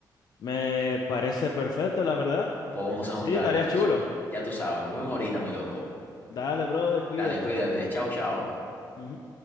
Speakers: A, on the left; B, on the left.
A: Me parece perfecto, la verdad.
B: Pues vamos a
A: Sí,
B: juntarlo
A: estaría
B: entonces,
A: chulo.
B: Will. Ya tú sabes, nos vemos ahorita, mi loco.
A: Dale, brother, cuídate.
B: Dale, cuídate. Chao, chao.
A: Ujú.